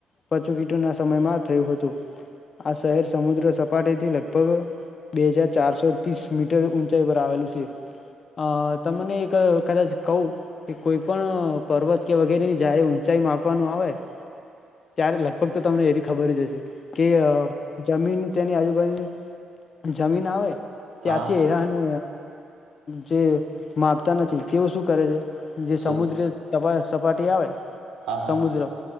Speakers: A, on the left; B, on the right.
A: પચું કીટુ ના સમયમાં થ હોત તો આ શહેર સમુદ્ર સપાટીથી લ <inaudible> બે હજાર ચારસો ત્રીસ મીટર ઊંચાઈ પર આવેલું છે અ તમને એક કદાચ ક કે કોઈ પણ પર્વત કે વગેરે ની જારે ઊંચ ંચાઈ માપવાનું આવે ત્યારે લગભગ તો તમને એની ખબર જ હશે કે જમીન તેની આજુબાજુ જમીન આવે ત્યાંથી
B: હા હા હા
A: હરાહને જે માપતા નથી તેઓ શું કરે છે જે
B: શું
A: સમુદ્ર સપાટી આવે
B: હા હા
A: સમુદ્ર